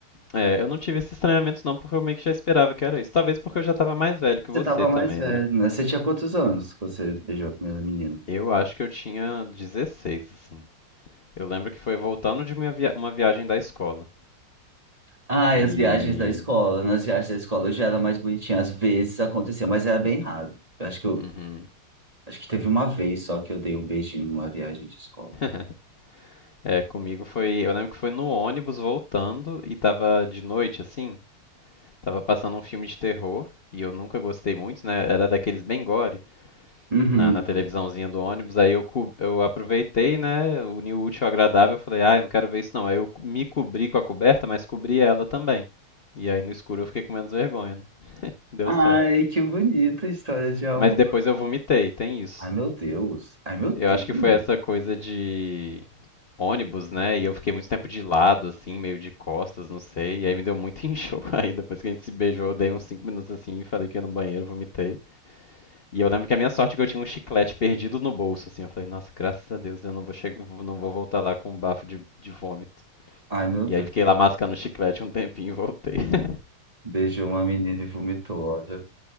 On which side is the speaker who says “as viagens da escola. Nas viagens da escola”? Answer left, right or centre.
Right